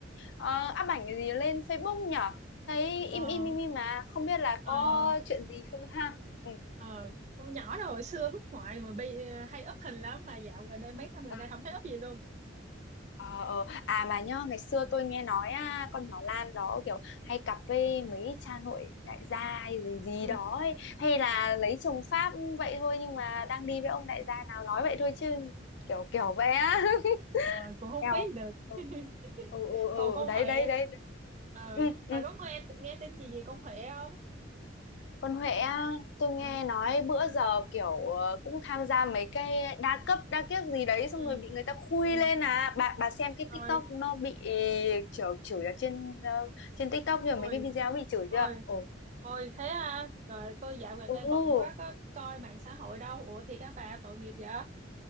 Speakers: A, on the left (about 60°); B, on the right (about 35°).
A: uh, up ảnh gì lên Facebook nhở thấy im
B: Ờ,
A: im im im mà không biết là
B: ờ.
A: có chuyện gì không ha ừ.
B: ờ con nhỏ đó hồi xưa hút ngoại mà bây hay up hình lắm mà dạo gần đây mấy năm gần
A: ờ,
B: đây không thấy up gì luôn
A: Ờ, ờ. à mà nhá ngày xưa tôi nghe nói à, con nhỏ Lan đó kiểu hay cặp với mấy cha nội đại gia hay gì gì
B: ừ
A: đó ấy. hay là
B: ờ,
A: lấy chồng Pháp vậy thôi nhưng mà đang đi với ông
B: ừ.
A: đại gia nào nói vậy thôi chứ kiểu kiểu vậy á <laughs>
B: Ờ, cũng không
A: theo
B: biết được
A: ừ
B: <laughs>
A: ừ ừ,
B: còn
A: ừ.
B: con
A: đấy
B: Huệ
A: đấy đấy đấy.
B: ờ
A: ừ, ừ.
B: bà có nghe nghe tin gì về con Huệ không
A: Còn Huệ á, tôi nghe
B: ừ
A: nói bữa giờ kiểu ờ, cũng tham gia mấy cái đa cấp đa kiếc gì đấy
B: ừ
A: xong rồi bị người ta khui
B: ừ
A: lên à bà bà xem cái
B: rồi
A: TikTok nó bị chửi chửi ở trên ờ, trên TikTok rồi
B: ôi
A: mấy cái video bị chửi
B: ôi
A: chưa? Ồ.
B: ôi thế à trời tôi dạo gần
A: Ồ.
B: đây bận quá có coi mạng xã hội đâu ủa thì các bà tội nghiệp vậy